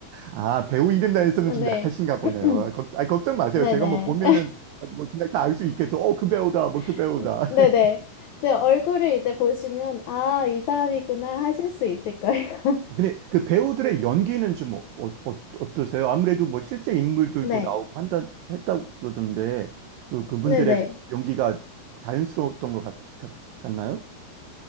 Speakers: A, on the right; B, on the left.
A: 아, 배우 이름 나에서는
B: <laughs> 아,
A: 좀
B: 네.
A: 약하신가 보네요.
B: <clears throat>
A: 아, 걱, 아니, 걱정 마세요.
B: 네네.
A: 제가 뭐 보면은 뭐 그냥 다 알 수 있겠죠. 어, 그 배우다. 뭐 그
B: <laughs>
A: 배우다.
B: 네네.
A: <laughs>
B: 네, 얼굴을 이제 보시면, 아, 이 사람이구나 하실 수 있을 거예요.
A: 근데 그 배우들의 연기는 좀 어, 어, 떠세요 아무래도 뭐 실제 인물들도
B: <laughs> 네.
A: 나오고 한다, 했다고 그러던데 그, 그분들의
B: 네네.
A: 연기가 자연스러웠던 것 같, 같, 같나요?